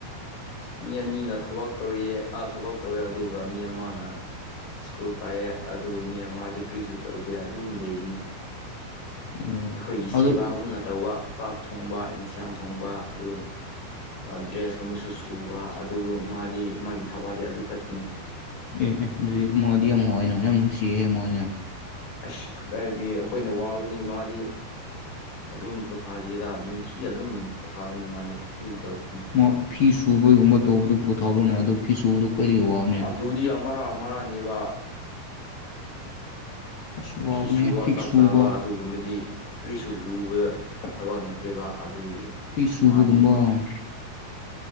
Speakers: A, on the left (about 80°); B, on the left (about 60°).
A: ꯃꯤ ꯑꯅꯤꯅ ꯊꯕꯛ ꯇꯧꯔꯤꯌꯦ ꯑꯥ ꯊꯕꯛ ꯇꯧꯋꯦ ꯑꯗꯨꯒ ꯃꯤ ꯑꯃꯅ ꯁ꯭ꯀꯨꯜ ꯀꯥꯏꯑꯦ ꯑꯗꯨ ꯃꯤ ꯑꯃꯗꯤ ꯀ꯭ꯔꯤꯁꯨ ꯇꯧꯗꯦ ꯑꯗꯨꯝ ꯂꯩꯕꯅꯤ
B: ꯎꯝ
A: ꯑꯩꯈꯣꯏꯒꯤ
B: ꯑꯗꯨ
A: ꯁꯦꯕꯥꯒꯨꯝꯅ ꯇꯧꯕ ꯆꯥꯛ ꯊꯣꯡꯕ ꯏꯟꯁꯥꯡ ꯊꯣꯡꯕ ꯑꯗꯨꯒ ꯑ ꯗ꯭ꯔꯦꯁꯀꯨꯝꯕꯁꯨ ꯁꯨꯕ ꯑꯗꯨ ꯃꯥꯗꯤ ꯃꯥꯒꯤ ꯊꯕꯥꯗꯤ ꯑꯗꯨꯈꯛꯇꯅꯤ
B: ꯑꯦ ꯑꯦ ꯑꯗꯨꯗꯤ ꯃꯗꯤ ꯌꯥꯝ ꯋꯥꯏꯌꯦꯅ ꯌꯥꯝ ꯅꯨꯡꯁꯤꯍꯦ ꯃꯥꯖꯦ
A: ꯑꯁ ꯀꯗꯥꯏꯗꯩ ꯑꯩꯈꯣꯏꯅ ꯋꯥꯕꯅꯤ ꯃꯥꯗꯤ ꯑꯗꯨꯝ ꯄꯣꯊꯥꯔꯤꯗ ꯅꯨꯡꯊꯤꯒꯤ ꯑꯗꯨꯝ ꯄꯣꯊꯥꯕꯅꯤ ꯃꯥꯁꯦ ꯀ꯭ꯔꯤꯁꯨ ꯇꯧꯗꯝꯅꯤ
B: ꯃꯥ ꯐꯤ ꯁꯨꯕꯒꯨꯝꯕ ꯇꯧꯕꯗꯣ ꯄꯣꯊꯥꯕ꯭ꯔꯣꯅꯦ ꯑꯗꯨ ꯐꯤ ꯁꯨꯕꯗꯣ ꯈꯣꯏꯗꯤ ꯋꯥꯏ
A: ꯑꯗꯨꯗꯤ ꯑꯃꯔ ꯑꯃꯔꯅꯦꯕ
B: ꯑꯁ
A: ꯐꯤ
B: ꯋꯥꯕꯅꯦ
A: ꯁꯨꯕ ꯆꯥꯛ
B: ꯁꯨꯕ
A: ꯆꯥꯕ ꯑꯗꯨꯒꯨꯝꯕꯗꯤ ꯀ꯭ꯔꯤꯁꯨ ꯂꯨꯕ ꯊꯕꯛ ꯅꯠꯇꯦꯕ ꯑꯗꯨꯒꯤ
B: ꯐꯤ ꯁꯨꯕꯒꯨꯝꯕ
A: ꯃꯥꯗꯤ